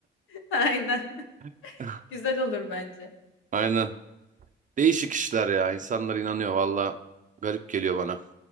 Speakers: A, on the left; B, on the right.
A: Aynen.
B: <laughs>
A: Güzel olur bence.
B: Aynen. Değişik işler ya. İnsanlar inanıyor valla. Garip geliyor bana.